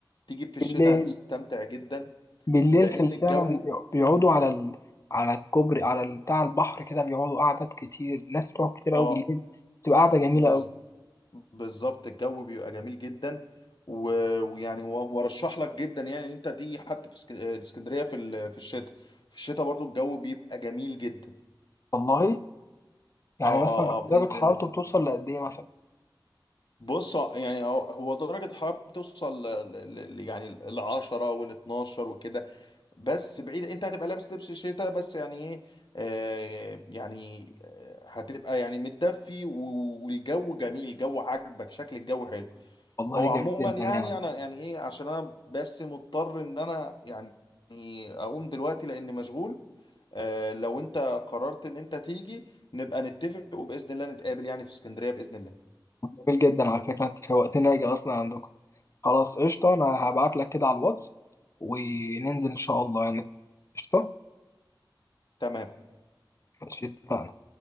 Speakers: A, on the left; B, on the left.
A: تيجي في الشتاء
B: بالليل
A: هتستمتع جدا
B: بالليل
A: لان
B: في
A: الجو
B: فعلا بيقعدوا على ال... على الكوبري على ال- بتاع البحر كده بيقعدوا قعدات كتير ناس بتقعد كتير قوي
A: اه
B: بالليل بتبقى قعده جميله
A: بز...
B: قوي
A: بالظبط الجو بيبقى جميل جدا و... ويعني و- وارشح لك جدا يعني ان انت تيجي حتى في اسك- آه، اسكندريه في ال... في الشتاء في الشتاء برضو الجو بيبقى جميل جدا
B: والله يعني
A: اه
B: مثلا
A: اه اه
B: درجة
A: باذن
B: حرارته
A: الله
B: بتوصل لقد إيه مثلا؟
A: بص يعني هو هو درجه الحراره بتوصل ل... ل... ل- يعني ال 10 وال 12 وكده بس بعيد انت هتبقى لابس لبس الشتاء بس يعني ايه آه يعني آه، هتبقى يعني متدفي و- والجو جميل الجو عاجبك شكل الجو حلو
B: والله
A: هو
B: جميل
A: عموما
B: جدا
A: يعني
B: يعني
A: انا يعني ايه عشان انا بس مضطر ان انا يعني اقوم دلوقتي لان مشغول آه لو انت قررت ان انت تيجي نبقى نتفق وباذن الله نتقابل يعني في اسكندرية باذن الله
B: جميل جدا على فكرة أنت شوقتني أجي أصلا عندكم خلاص قشطة أنا هبعت لك كده على الواتس وننزل إن شاء الله يعني قشطة
A: تمام
B: ماشي اتفقنا